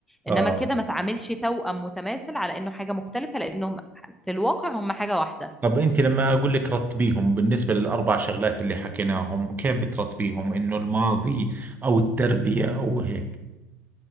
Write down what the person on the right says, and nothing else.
اه
طب انت لما اقول لك رتبيهم بالنسبه للاربع شغلات اللي حكيناهم كيف بترتبيهم انه الماضي او التربيه او هيك